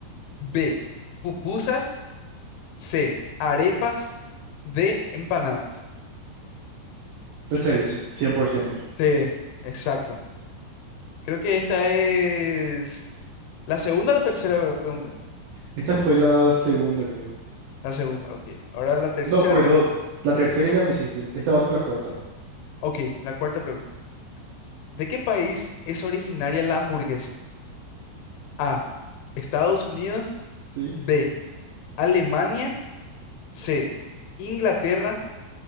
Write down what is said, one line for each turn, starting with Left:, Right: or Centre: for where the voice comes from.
Left: B, pupusas, C, arepas, D, empanadas.
Right: El ceviche, cien por ciento.
Left: Sí, exacto. Creo que esta es la segunda o la tercera pregunta.
Right: Esta fue la segunda, creo.
Left: La segunda, ok. Ahora la tercera
Right: No, perdón.
Left: pregunta.
Right: La tercera ya me hiciste. Esta va a ser la cuarta.
Left: Ok, la cuarta pregunta. ¿De qué país es originaria la hamburguesa? A, Estados Unidos,
Right: ¿Sí?
Left: B, Alemania, C, Inglaterra